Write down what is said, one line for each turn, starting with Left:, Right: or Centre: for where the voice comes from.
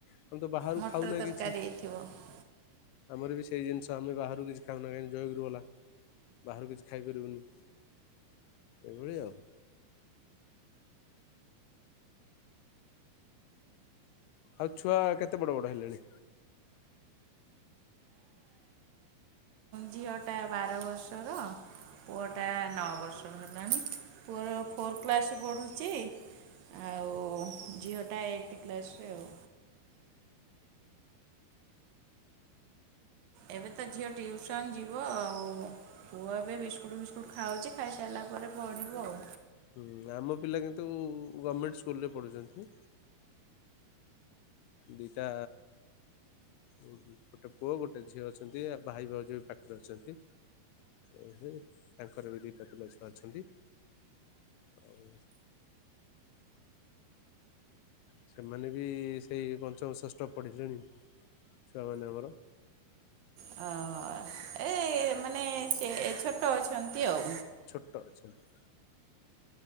Left: ଆମେ ତ ବାହାରୁ
Right: ମଟର
Left: ଖାଉନା
Right: ତରକାରୀ
Left: କିଛି
Right: ହେଇଥିବ
Left: ଆମର ବି ସେଇ ଜିନିଷ ଆମେ ବାହାରୁ କିଛି ଖାଉନା କାହିଁକି ଜୟଗୁରୁ ବାଲା ବାହାରକୁ କିଛି ଖାଇପାରିବୁନି। ଏଭଳିଆ ଆଉ। ଆଉ ଛୁଆ କେତେ ବଡ଼ ବଡ଼ ହେଲେଣି?
Right: ଝିଅ ଟା ବାର ବର୍ଷର। ପୁଅଟା ନଅ ବର୍ଷ ହେଲାଣି ପୁଅର ଫୋର୍ କ୍ଲାସ ପଢ଼ୁଛି ଆଉ ଝିଓଟା ଏଇଟ୍ କ୍ଲାସରେ ଆଉ। ଏବେ ତ ଝିଅ ଟିଉସନ ଯିବ ଆଉ ପୁଅ ଏବେ ବିସ୍କୁଟ ଫିସ୍କୁଟ ଖାଉଛି ଖାଇସାରିଲା ପରେ ପଢିବ ଆଉ।
Left: ହୁଁ ଆମ ପିଲା କିନ୍ତୁ ଗମେଣ୍ଟ ସ୍କୁଲରେ ପଢ଼ୁଛନ୍ତି। ଦୁଇଟା ଗୋଟେ ପୁଅ ଗୋଟେ ଝିଅ ଅଛନ୍ତି ଆଉ ଭାଇ ଭଉଜ ବି ପାଖରେ ଅଛନ୍ତି। ଉଁ ହୁଁ ତାଙ୍କର ବି ଦୁଇଟା ପିଲା ଛୁଆ ଅଛନ୍ତି। ଆଉ ସେମାନେ ବି ସେଇ ପଞ୍ଚମ ଷେଷ୍ଠ ପଢ଼ିଲେଣି। ଛୁଆମାନେ ଆମର।
Right: ଅ ଏ ମାନେ ସେ ଛୋଟ ଅଛନ୍ତି ଆଉ।
Left: ଛୋଟ ଅଛନ୍ତି।